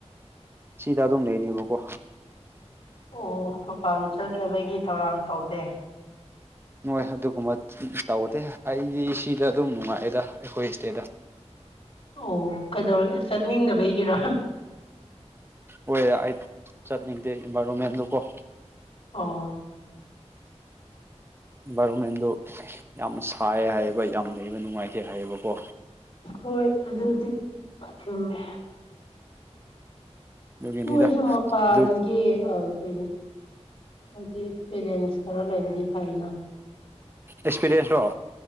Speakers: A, on the right; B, on the left.
A: ꯁꯤꯗ ꯑꯗꯨꯝ ꯂꯩꯅꯦꯕꯀꯣ
B: ꯑꯣ ꯃꯄꯥꯟ ꯆꯠꯅꯕꯒꯤ ꯊꯧꯔꯥꯡ ꯇꯧꯗꯦ
A: ꯅꯣꯏ ꯑꯗꯨꯒꯨꯝꯕ ꯇꯧꯗꯤꯦ ꯑꯩꯗꯤ ꯁꯤꯗ ꯑꯗꯨꯝ ꯅꯨꯡꯉꯥꯏꯑꯦꯗ ꯑꯩꯈꯣꯏ ꯁꯤꯗꯦꯗ
B: ꯑꯣ ꯀꯩꯗꯧꯔꯦ ꯆꯠꯅꯤꯡꯗꯕꯩꯒꯤꯔꯣ
A: ꯀꯣꯏ ꯑꯩ ꯆꯠꯅꯤꯡꯗꯦ ꯏꯟꯚꯥꯏꯔꯣꯟꯃꯦꯟꯗꯨꯀꯣ
B: ꯑꯥ
A: ꯔꯣ ꯃꯗ ꯌꯥꯝ ꯁꯥꯏꯌꯦ ꯍꯥꯏꯌꯦꯕ ꯌꯥꯝ ꯂꯩꯕ ꯅꯨꯡꯉꯥꯏꯇꯦ ꯍꯥꯏꯌꯦꯕꯀꯣ
B: ꯍꯣꯏ ꯑꯗꯨꯗꯤ ꯆꯨꯝꯃꯦ
A: ꯑꯗꯨꯒꯤꯅꯤꯗ
B: ꯇ ꯑꯣꯏꯔꯁꯨ ꯃꯄꯥꯟꯒꯤ
A: ꯑꯗꯨ
B: ꯍꯥꯏꯗꯤ ꯑꯦꯛꯁꯄꯤꯔꯤꯌꯦꯟꯁ ꯈꯔ ꯂꯩꯕꯗꯤ ꯐꯅ
A: ꯑꯦꯛꯁꯄꯤꯔꯤꯌꯦꯟꯁꯇꯣ